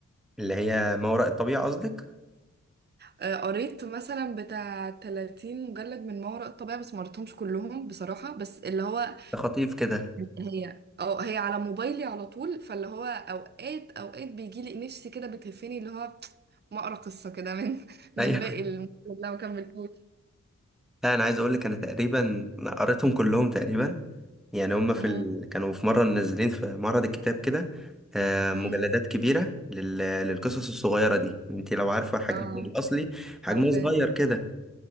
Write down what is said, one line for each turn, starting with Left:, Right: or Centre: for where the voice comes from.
Centre: اللي هي ما وراء الطبيعة قصدك
Right: آه، قريت مثلا بتاع 30 مجلد من ما وراء الطبيعه بس ما قريتهمش كلهم بصراحه بس اللي هو
Centre: ده خطيف كده
Right: هي او هي على موبايلي على طول فاللي هو اوقات اوقات بيجي لي نفسي كده بتهفني اللي هو ما اقرا قصه كده من <laughs> من
Centre: أيوه.
Right: باقي المجلد اللي انا ما كملتوش
Centre: لا انا عايز اقول لك انا تقريبا قريتهم كلهم تقريبا يعني هم في
Right: امم
Centre: ال... كانوا في مره منزلين في معرض الكتاب كده آه،
Right: امم
Centre: مجلدات كبيره لل... للقصص الصغيره دي انت لو عارفه حجمهم
Right: اه
Centre: الاصلي حجمه
Right: عارفاها
Centre: صغير كده